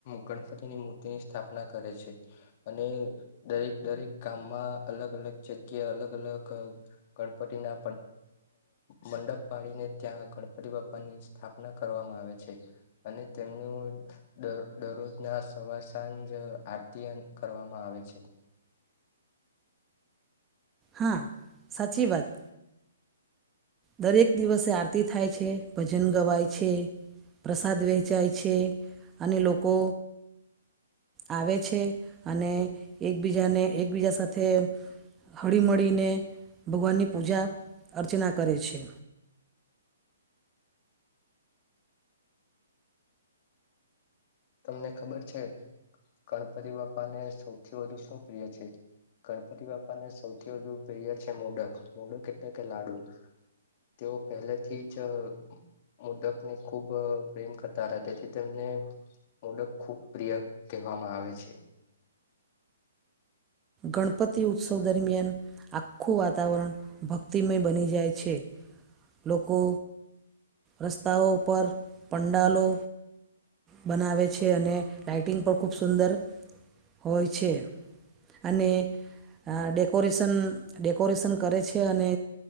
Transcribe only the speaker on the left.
ગણપતિની મૂર્તિની સ્થાપના કરે છે. અને દરેક દરેક કામમાં અલગ અલગ જગ્યા અલગ અલગ. ગણપતિના મંડપ પાડીને ત્યાં ગણપતિ બાપા ની સ્થાપના કરવામાં આવે છે, અને તેમનું દરરોજના સવા સાંજ આરતી કરવામાં આવે છે.
તમને ખબર છે, ગણપતિ બાપ્પાને સૌથી વધુ શું પ્રિય છે. ગણપતિ બાપાને સૌથી વધુ પ્રિય છે મોડક મોડક એટલે કે લાડુ. તેઓ પહેલેથી જ. મુદકને ખૂબ પ્રેમ કરતા હતા તેથી તેમને ઓડક ખુબ પ્રિય કહેવામાં આવે છે.